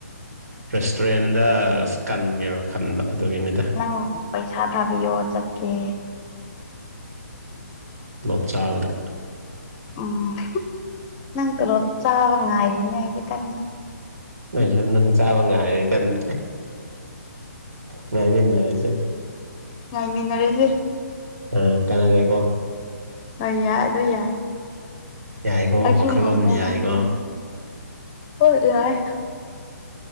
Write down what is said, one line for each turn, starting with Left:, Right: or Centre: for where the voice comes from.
Right: ꯔꯦꯁꯇꯨꯔꯦꯟꯗ ꯑꯁ ꯀꯟꯒꯦꯔꯣ ꯈꯟꯕ ꯑꯗꯨꯒꯤꯅꯤꯗ
Left: ꯅꯪ ꯄꯩꯁꯥ ꯊꯥꯕꯤꯌꯣ ꯆꯠꯀꯦ
Right: ꯇꯣꯂꯣꯞ ꯆꯥꯕꯗ
Left: ꯎꯝ ꯅꯪ ꯇꯣꯂꯣꯞ ꯆꯥꯕ ꯉꯥꯏꯔꯤꯅꯦ ꯑꯩꯖꯦ ꯀꯥꯟꯅ
Right: ꯑꯩꯖꯨ ꯅꯪ ꯆꯥꯕ ꯉꯥꯏꯔꯦ ꯀꯟꯅ ꯉꯥꯏꯃꯤꯟꯅꯔꯁꯦ
Left: ꯉꯥꯏꯃꯤꯟꯅꯔꯖꯦ
Right: ꯎꯝ ꯀꯥꯟꯅꯥꯗꯦ ꯀꯣ
Left: ꯍꯣꯏ ꯌꯥꯏ ꯑꯗꯨ ꯌꯥꯏ
Right: ꯌꯥꯏꯀꯣ
Left: ꯑꯩꯁꯨ
Right: ꯋꯥꯈꯜꯂꯣꯟ
Left: ꯉꯥꯏꯕ
Right: ꯌꯥꯢꯀꯣ
Left: ꯅꯪꯁꯨ ꯉꯥꯏ ꯍꯣꯏ ꯌꯥꯏ